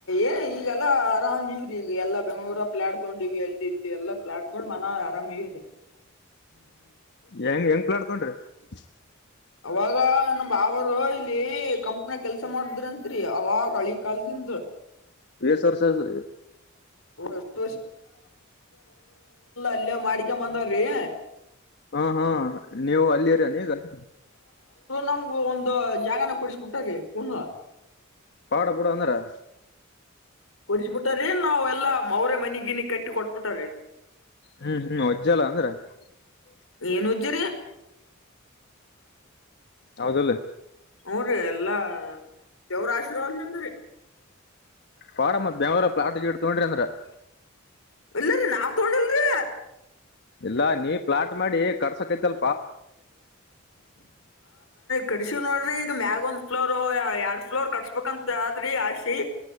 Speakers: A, on the left; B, on the left.
A: ಏ ಈಗೆಲ್ಲಾ ಆರಾಮ್ ಇವ್ರಿ ಈಗ ಎಲ್ಲಾ ಬೆಂಗಳೂರಪ್ಲ ಆಡ್ಕೊಂಡಿವ ಎಲ್ಲ್ಲಿ <unintelligible> ಎಲ್ಲ ಪ್ಲಾಟ್ಫಾರ್ಮ್ ಮನ ಆರಾಮಾಗಿದೆ <unintelligible>
B: ಹೆಂಗ ಹೆಂಗ್ ಪ್ಲಾಡ್ತೊಂಡ್ರಿ <unintelligible>
A: ಅವಾಗ ನಮ ಬಾವರು ಇಲ್ಲಿ ಕಂಪ್ನಿ ಕೆಲ್ಸ ಮಾಡಿದ್ರಂರಿ ಅವಾಗಳಿ ಕಾಲದಿಂದ <unintelligible> ಹಂದು <unintelligible>
B: ಏಸ್ ವಸರ್ಷ <unintelligible>
A: ಎಷ್ಟು ಎಲ್ಲ ಮಾಡ್ಕೊ ಬಂದವ್ರಿ <unintelligible>
B: ಹಾ ಹಾ ನೀವು ಅಲ್ಲಿರ ನೀಗ <unintelligible>
A: ನಮಗು ಒಂದು ಜಾಗನ ಕೊಡಸ್ಬಿಟ್ಟೀ <unintelligible>
B: ಪಾಡ ಪುಡ ಅಂದ್ರ <unintelligible>
A: ಕೊಡಸ್ಬಿಟ್ಟಾರೀ ನಾವ್ ಎಲ್ಲಾ ಅವರ ಮನಿ ಗಿನಿ ಕಟ್ಟಿ ಕೊಟ್ಬಿಟಾರೀ <unintelligible>
B: ಹ್ಮ್ ಹ್ಮ್ ಒಜ್ಜಲ ಅಂದ್ರೆ <unintelligible>
A: ಏನ್ ಉಜ್ಜರಿ <unintelligible>
B: ಹೌದಲ್ಲ <unintelligible>
A: ಹ್ಮ್ ರಿ ಎಲ್ಲಾ <unintelligible> ದೇವ್ರ ಆಶೀರ್ವಾದಂತ್ರೀ
B: ಪಾಡ ಮ ದೇವರ ಪ್ಲಾಟ್ ಗಿಡ್ ತಗೊಂಡ್ರಿ ಅಂದ್ರ <unintelligible>
A: ಇಲ್ಲರಿೀ ನಾ ತೋೊಂಡ ಇಲ್ರಿೀ
B: ಇಲ್ಲಾ ನೀ ಪ್ಲಾಟ್ ಮಾಡಿ ಕಡ್ಸಕೈತ್ಲ್
A: ಕಡಸೀವ್ ನೋಡ್ರಿ ಈಗ ಮ್ಯಾಗ ಒಂದ್ ಫ್ಲೋರ್ ಎರಡ್ ಫ್ಲೋರ್ ಕಟ್ಸ್ಬೇಕಂತ ಆದ್ರಿ ಆಶಿ